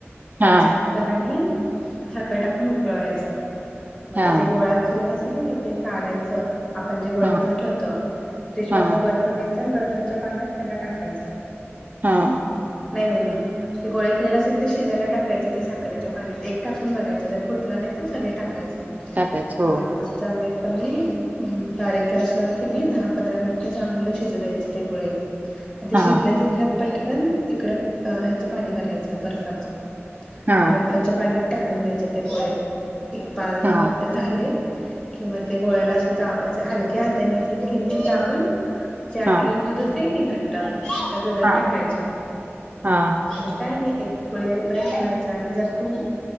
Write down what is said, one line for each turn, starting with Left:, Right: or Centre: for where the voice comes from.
Left: त्यात
Right: हां,
Left: साखर आणि साखर टाकून उकळायचा मग
Right: हां,
Left: ते जे गोळात केलेल असते की नाही ते काढायच आपण जे गोळे
Right: हां,
Left: करून ठेवतो फ्रीज
Right: हां,
Left: मधल बर्फ घ्यायच आणि बर्फाच्या पाण्यात त्याला टाकायच
Right: हां
Left: नाही नाही नाही ते गोळे केले असतात ते शिजाला टाकायच ते साखरेच्या पाण्यात एक टाकुन बघायच जर फुटल नाही तर सगळे टाकायच अं
Right: टाकायचं. हो.
Left: चमीत कमी बारीक गॅसवर की नाही दहा पंधरा मिनिट चांगल शिजु द्यायचे ते गोळे आता
Right: हां,
Left: शिजल्या जिजल्या पटकन इकड ह्याच पाणी करायच बर्फाच
Right: हां,
Left: त्या बर्फाच्या पाण्यात टाकुन द्यायचे ते गोळे एक पाच -दहा
Right: हां,
Left: मिनिट झाले कि म ते गोळ्याला अस दाबायच हलक्या हाताने अस किंचित दाबुन जे आटवलेल
Right: हां,
Left: दुध असते कि नाही घट्ट त्या दुधात
Right: हां,
Left: टाकायच आणि
Right: हां,
Left: काय नाही एक उकळी येईपर्यंत पर्यंत आणि जर तु